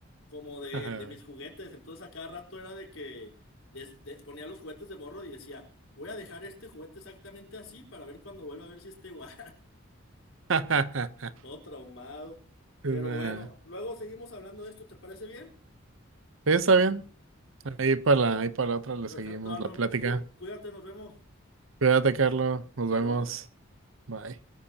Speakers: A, on the left (about 70°); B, on the right (about 75°).
A: como de,
B: ajá.
A: de mis juguetes. Entonces a cada rato era de que des- de- ponía los juguetes de morro y decía, voy a dejar este juguete exactamente así para ver cuando vuelva a ver si está igual.
B: <laughs>
A: <laughs> Todo traumado.
B: Nah.
A: Pero bueno, luego seguimos hablando de esto, ¿te parece bien?
B: Sí, está bien. Ahí para, ahí para la otra le
A: Perfecto,
B: seguimos
A: Arnold.
B: la plática.
A: Cuí- Cuídate, nos vemos.
B: Cuídate, Carlos. Nos
A: Hasta
B: vemos.
A: luego.
B: Bye.